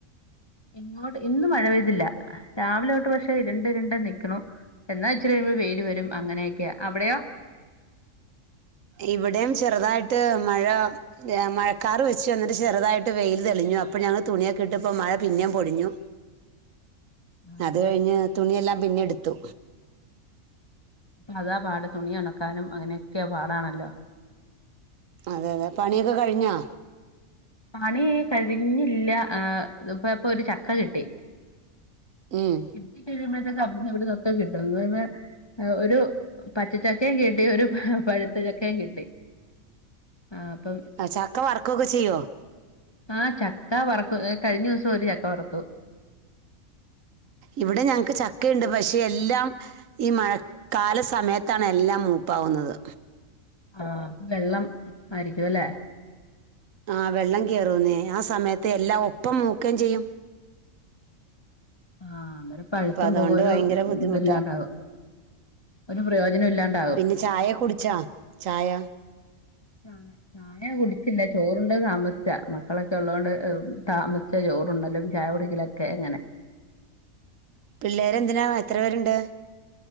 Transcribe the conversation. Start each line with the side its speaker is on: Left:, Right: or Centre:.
Left: ഇങ്ങോട്ട് ഇന്ന് മഴ പെയ്തില്ല രാവിലെ തോട്ട് പക്ഷെ ഇരുണ്ട് ഇരുണ്ട് നിക്കുന്നു എന്നാ ഇച്ചിരി കഴിയുമ്പൊ വെെല് വെരും അങ്ങനെയെക്കെയാ അവടെയോ
Right: ഇവടെയും ചെറ്തായിട്ട് മഴാ ഏഹ് മഴക്കാറ് വെച്ചുഎന്നിട്ട് ചെറ്തായിട്ട് വെെല് തെളിഞ്ഞു അപ്പൊ ഞങ്ങള് തുണിയെക്കെ ഇട്ടപ്പാെ മഴ പിന്നേം പൊടിഞ്ഞു
Left: അതെല്ലേ
Right: അത് കഴിഞ്ഞ് തുണി എല്ലാം പിന്നെ എട്ത്തു
Left: അതാ പാട് തുണി ഒണക്കാനും അങ്ങനെയെക്യേ പാടാണല്ലോ
Right: അതെ അതെ പണിയെക്ക കഴിഞ്ഞോ
Left: പണി കഴിഞ്ഞില്യാ ആഹ് ദഇപ്പ ഇപ്പൊര് ചക്ക കിട്ടി
Right: ഉം
Left: കിട്ടിക്കഴിയുമ്പഴത്തേക്ക് അവിടുന്ന് വിട്ന്നൊക്കെ കിട്ടുന്ന്ന്നെ. ഒരു പച്ചച്ചക്കേം കിട്ടി ഒരു പഴുത്ത ചക്കേം കിട്ടി. ആ അപ്പം
Right: ആഹ് ചക്ക വർക്കൊക്കെചെയ്യോ.
Left: ആഹ ചക്ക വറക്ക ക കഴിഞ്ഞുസം ഒരു ചക്ക വറത്തു.
Right: ഇവിടെ ഞങ്ങക്ക് ചക്കയിണ്ട് പക്ഷേ. എല്ലാം ഈ മഴ കാല സമയത്താണ് എല്ലാം മൂപ്പാവുന്നത്.
Left: ആഹപ്പ വെള്ളം ആയിരിക്കുല്ലേ.
Right: ആഹ വെള്ളം കയറൂന്നേ ആ സമയത്ത് എല്ലാം ഒപ്പം മുക്കേംചെയ്യും.
Left: ആ അന്നേരം പഴുത്തും
Right: അപ്പൊഅതോണ്ട്
Left: പോകും ഒരു
Right: ഭയങ്കര ബുദ്ധിമുട്ടാ.
Left: ഇതില്ലാണ്ടാകും ഒരു പ്രയോജനം ഇല്ലാണ്ടാകും
Right: പിന്നെ ചായകുടിച്ചാ ചായ.
Left: <inaudible> ചായ കുടിച്ചില്ല ചോറുണ്ടെതാമസിച്ചാ മക്കളൊക്കെളോണ്ട് താമസിച്ച ചോറുണ്ടത് ചായകുടിക്കലു. ക്കെ അങ്ങനെ.
Right: പിള്ളേരെന്തിനാ എത്രപേര്ണ്ട്.